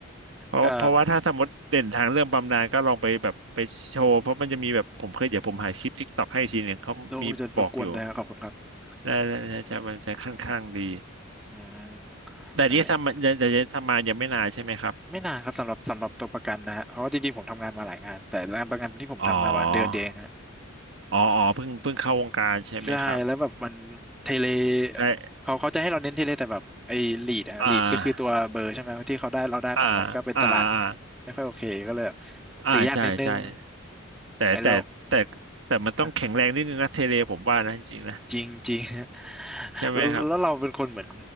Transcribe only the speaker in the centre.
ก็โอ้ยจะรบกวนนะครับขอบคุณครับ
อืม
ใช่ไม่นานครับสำหรับสำหรับตัวประกันนะฮะเพราะว่าจริงๆผมทำงานมาหลายงานแต่งานประกันที่ผมทำมาประมาณเดือนเดียวเอง
ใช่แล้วแบบมันเทเล
เขาเขาจะให้เราเน้นเทเลแต่แบบไอ้ลีดอะลีดก็คือตัวเบอร์ใช่ไหมที่เขาได้เราได้มามันก็เป็นตลาด
ไม่ค่อยโอเคก็เลยแบบ
ซื้อยากนิดนึง
ไอ้เรา
อะจริงจริง <laughs>
แล้วแล้วเราเป็นคนเหมือน